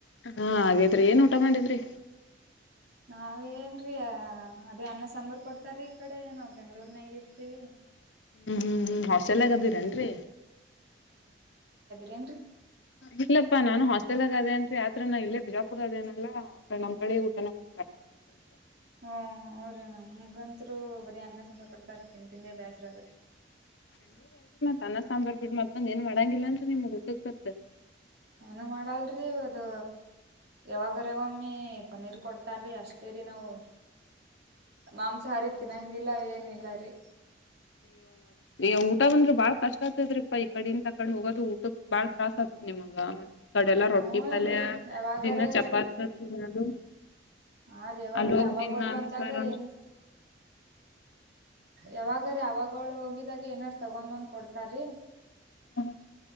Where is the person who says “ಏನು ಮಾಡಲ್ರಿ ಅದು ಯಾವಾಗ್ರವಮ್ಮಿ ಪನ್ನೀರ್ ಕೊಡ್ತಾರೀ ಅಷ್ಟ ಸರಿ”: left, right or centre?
Right